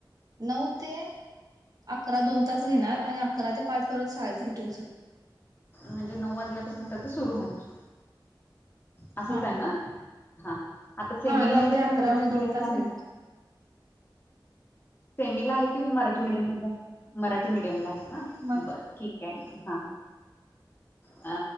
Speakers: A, on the right; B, on the left.
A: नऊ ते अकरा दोन तास घेणार आणि अकरा ते पाच करत शाळेच रुटीन सुरू.
B: म्हणजे नऊ वाजल्यापासून तर तो सुरू होणार. असच
A: हा
B: आहे ना हा आता सेमीला
A: हा नऊ
B: आहे का
A: ते अकरा
B: तो मराठी
A: म्हणजे
B: मीडियमला
A: दोन तास घेणार
B: आहे? सेमीला आहे कि मराठी मीडियम मध्ये आहे? मरा ठी मीडयमला आहे ना
A: मर
B: बरं ठीक आहे हा. आ